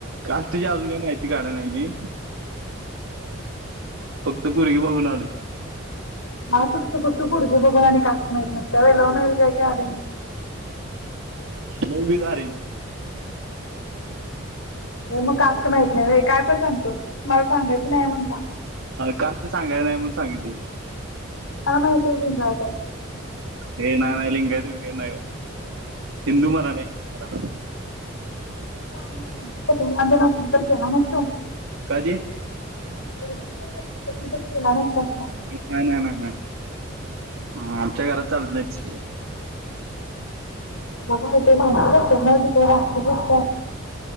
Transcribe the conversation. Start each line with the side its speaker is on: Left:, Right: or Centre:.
Right: कास्ट ची अजून काय माहीत काढ नाही मी. फक्त पुरगी बघून आलोय.
Left: कायतरच तू पुरगी बघून आणि कास्ट माहित नसत्या होय. लव्हमारिज हाय का अरेंजमरीज.
Right: लव्ह विथ अरेंज
Left: अ मग कास्ट माहीत नाही होय. काय पण सांगतोस. मला सांगायचं नाहीये म्हणून सांग
Right: कालच सांगायच नाय म्हणून सांगितलंय.
Left: मला माहिते लिंगायत आय
Right: ये नाय नाय लिंगायत विंगायत नाय, हिंदू मराठा हाय हिंदू मराठा
Left: <unintelligible> असली तर केला नसतास?
Right: काजे
Left: <unintelligible> केला नसता <unintelligible>
Right: <unintelligible> नाय नाय नाय नाय आ आमच्या घरात चालत नाही तसल काय
Left: बघा इथं माणसच असत्यात न्हवं, ती काय राक्षस असत्या